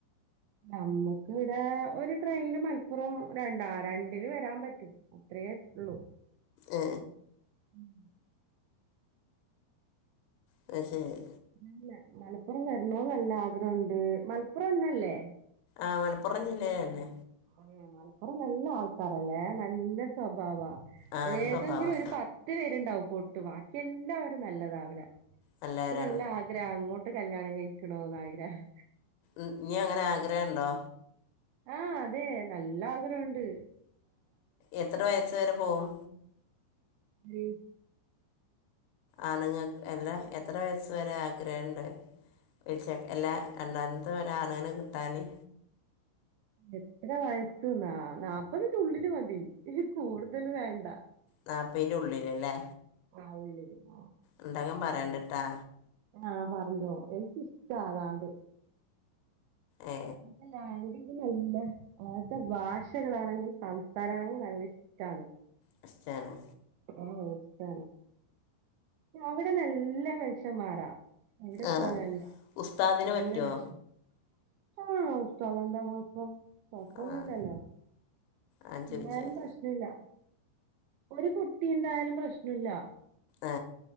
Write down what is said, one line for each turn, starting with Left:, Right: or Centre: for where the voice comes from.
Right: നമ്മുക്ക് ഇവിടെ ഒരു ട്രെയിനില് മലപ്പുറം രണ്ട രണ്ടില് വരാൻ പറ്റും അത്രയേള്ളു
Left: ഏ
Right: ഉം
Left: അത് ശരി
Right: പില്ല മലപ്പുറം വരണം നല്ല ആഗ്രഹണ്ട് മലപ്പുറം തന്നല്ലേ
Left: ആ മലപ്പുറം ജില്ലയിലന്നെ
Right: ആ മലപ്പുറം നല്ല ആൾക്കാരല്ലേ നല്ല സ്വഭാവാ
Left: ആ എൻ്റെ
Right: ഏതെങ്കിലും
Left: സ്വഭാവം
Right: ഒരു പത്ത് പേരുണ്ടാവും പൊട്ടു എല്ലാവരും നല്ലതാവിടെ
Left: നല്ലവരാണ്
Right: ഇക്ക് നല്ലാഗ്രഹ അങ്ങോട്ട് കല്യാണം കഴിക്കണോന്ന് ആഗ്രഹം
Left: ഇനി അങ്ങനെ ആഗ്രഹണ്ടോ
Right: ആഹ അതെ നല്ല ആഗ്രഹുണ്ട്
Left: എത്ര വയസ്സ വരെ പോവും
Right: ഉ
Left: ആണുങ്ങക്ക് എല്ലാ എത്ര വയ വരെ ആഗ്രഹണ്ട് വിളിച്ച എല്ലാ രണ്ടാമത്തെ ഒരാണിനെ കിട്ടാന്
Right: എത്ര വയസ്സന്നാ നാല്പ്പതിനുള്ളില് മതി വ കൂടുതല്‌ വേണ്ട
Left: നാൽപ്പതിന് ഉള്ളില് ലെ
Right: ആ ഉള്ളില് ആ
Left: ഇണ്ടെങ്കിൽപറയണ്ടിട്ടാ
Right: ആഹ പറഞ്ഞോ എനിക്കിഷ്ടാതാണ്ട്
Left: ഏ
Right: അതെല്ലാ അി പിന്നല്ല അവ്ട്ത്തെ ഭാഷകളാണെങ്കിൽ സംസാരാ ണെങ്കിൽ നല്ല ഇഷ്ടാണ്
Left: റെസ്റ്റാന്
Right: ആ ഇഷ്ടാണ് അവിടെ നല്ല വേഷം മാറാം അവിടെ
Left: ആ
Right: പോലല്ല
Left: ഉസ്താദിന്
Right: അല്ല
Left: പറ്റുമോ
Right: <unintelligible> ആഹ് ഉസ്താതെന്താ കൊഴപ്പം കൊയപ്പൊന്നുല്ലല്ലോ
Left: ആ ഞാൻ
Right: എന്തായാലും
Left: ചോദിച്ചാൽ
Right: പ്രശ്നല്ല ഒരു കുട്ടിണ്ടായാലും പ്രശ്നല്ല
Left: ഏ